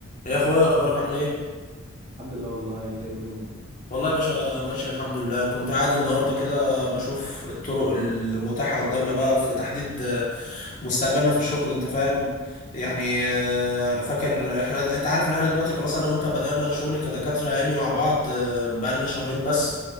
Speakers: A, on the left (about 35°); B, on the right (about 25°).
A: يا اخويا اخبارك عامل ايه
B: الحمد لله والله انت ايه الدنيا
A: والله يا باشا ماشي الحمد لله كنت قاعد النهارده كده بشوف الطرق المتاحه قدامنا بقى في تحديد آه، مستقبلنا في الشغل انت فاهم يعني آه، فاكر احنا انت عارف ان احنا دلوقتي خلاص انا وانت بدأنا شغل كدكاتره يعني مع بعض آه، بقالنا شهرين بس